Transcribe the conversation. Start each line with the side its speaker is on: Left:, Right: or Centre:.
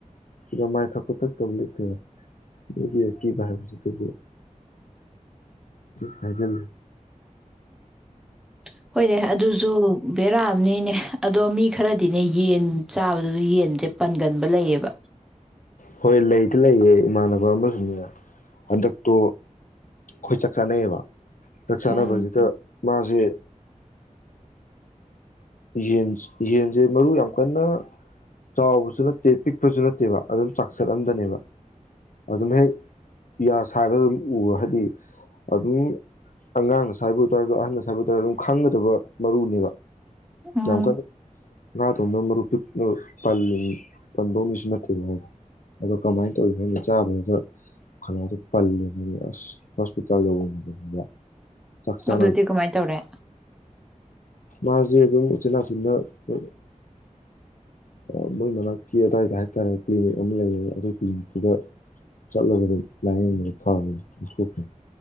Left: ꯁꯤꯗ ꯃꯥꯏ ꯊꯛꯄ ꯊꯛꯇꯕ ꯂꯩꯇꯦꯗ ꯅꯒꯤ ꯑꯀꯤꯕ ꯍꯥꯏꯕꯁꯤꯗꯤ ꯑꯗꯨꯕꯨ ꯀꯥꯏꯖ
Centre: <inaudible> ꯍꯣꯏꯅꯦꯦ ꯑꯗꯨꯁꯨ ꯕꯦꯔꯛꯑꯕꯅꯤꯅꯦ ꯑꯗꯣ ꯃꯤ ꯈꯔꯗꯤꯅꯦ ꯌꯦꯟ ꯆꯥꯕꯗꯁꯨ ꯌꯦꯟꯁꯦ ꯄꯟꯒꯟꯕ ꯂꯩꯌꯦꯕ
Left: ꯍꯣꯏ ꯂꯩꯗꯤ ꯂꯩꯌꯦ ꯏꯃꯥꯟꯅꯕ ꯑꯃꯁꯨꯅꯦ ꯍꯟꯗꯛꯇꯣ ꯈꯣꯏꯆꯥꯛ ꯆꯥꯅꯩꯌꯦꯕ ꯂ ꯆꯅꯕꯖꯦꯇ
Centre: ꯎꯝ
Left: ꯃꯥꯁꯦ ꯌꯦꯟ ꯌꯦꯟꯁꯦ ꯃꯔꯨ ꯌꯥꯝ ꯀꯟꯅ ꯆꯥꯎꯕꯁꯨ ꯅꯠꯇꯦ ꯄꯤꯛꯄꯁꯨ ꯅꯠꯇꯦꯕ ꯑꯗꯨꯝ ꯆꯥꯛꯁꯠꯑꯝꯗꯅꯦꯕ ꯑꯗꯨꯝ ꯍꯦꯛ ꯌꯥ ꯁꯥꯏꯔꯒ ꯑꯗꯨꯝ ꯎꯕ ꯍꯥꯏꯕꯗꯤ ꯑꯗꯨꯝ ꯑꯉꯥꯡꯅ ꯁꯥꯏꯕ ꯑꯣꯏꯇꯥꯔꯁꯨ ꯑꯍꯟꯅꯗ ꯁꯥꯏꯕ ꯑꯣꯏ ꯇꯔꯁꯨ ꯑꯗꯨꯝ ꯈꯪꯒꯗꯕ ꯃꯔꯨꯅꯦꯕ
Centre: ꯎꯝ
Left: ꯌꯥꯝ ꯑꯃꯀꯗ ꯉꯥꯗꯣꯡꯕ ꯃꯔꯨꯞ ꯄꯤ ꯄꯜꯂꯤ ꯄꯟꯗꯧꯅꯤꯁꯨ ꯅꯠꯇꯦꯕ ꯍꯥꯏꯗꯣ ꯑꯗꯣ ꯀꯃꯥꯏꯅ ꯇꯧꯏ ꯈꯪꯅ ꯆꯥꯕꯗꯨꯗꯅꯥꯗꯣ ꯄꯜꯂꯦꯅꯅꯤ ꯑꯁ ꯍꯣꯁꯄꯤꯇꯥꯜ ꯌꯧꯕꯅꯤꯗꯅ ꯆꯆ
Centre: ꯑꯗꯨꯗꯤ ꯀꯃꯥꯏꯅ ꯇꯧꯔꯦ
Left: ꯃꯥ ꯗꯨꯝ ꯎꯆꯤꯟ ꯅꯆꯤꯟꯅꯥ <unintelligible> ꯑꯥ ꯃꯣꯏ ꯃꯅꯥꯛꯀꯤ ꯑꯗꯨꯋꯥꯏꯗ ꯍꯥꯏꯇꯥꯔꯦ ꯀ꯭ꯂꯤꯅꯤꯛ ꯑꯃ ꯂꯩꯔꯦ ꯑꯗꯨ ꯀ꯭ꯂꯤꯅꯤꯛ ꯇꯨꯗ ꯆꯠꯂꯒ ꯑꯗꯨꯝ ꯂꯥꯏꯌꯦꯡꯕꯗ ꯐꯈ꯭ꯔꯦ <unintelligible> ꯊꯣꯛꯈ꯭ꯔꯦ